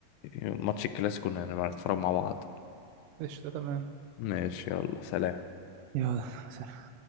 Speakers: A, on the left (about 85°); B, on the right (about 75°).
A: ماتش الكلاسيكو نبقى نتفرج مع بعض
B: قشطه تمام
A: ماشي يلا سلام
B: يلا سلام